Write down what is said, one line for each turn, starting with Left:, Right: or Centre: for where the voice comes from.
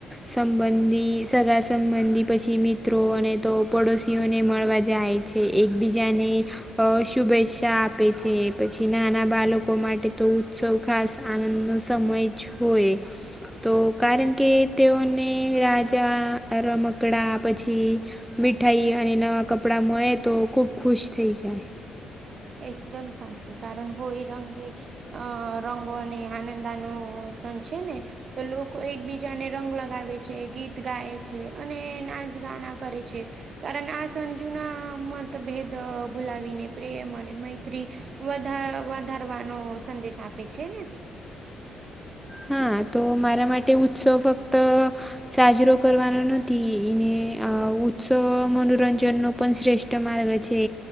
Centre: સંબંધી સગા સંબંધી પછી મિત્રો અને તો પડોશીઓને મળવા જાય છે એકબીજાને અ શુભેચ્છા આપે છે પછી નાના બાળકો માટે તો ઉત્સવ ખાસ આનંદનો સમય જ હોય તો કારણ કે તેઓને રાજા રમકડા પછી મીઠાઈ અને નવાં કપડાં મળે તો ખૂબ ખુશ થઈ જાય.
Right: એકદમ સાચું કારણ હોળી રંગે અ રંગો અને આનંદાનો સન છે ને તો લોકો એકબીજાને રંગ લગાવે છે ગીત ગાય છે અને નાચ ગાના કરે છે. કારણ આ સંજુના મતભેદ ભૂલાવીને પ્રેમ અને મૈત્રી વધા વધારવાનો સંદેશ આપે છે ને.
Centre: હા તો મારા માટે ઉત્સવ ફક્ત સાજરો કરવાનો નથી એને અ ઉત્સવ મનોરંજન નો પણ શ્રેષ્ઠ માર્ગ છે.